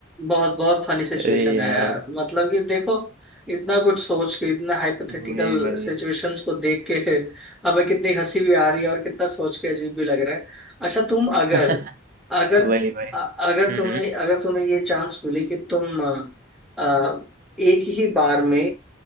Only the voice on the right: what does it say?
अरे यार
वही वही
<laughs>
वही वही
हम्म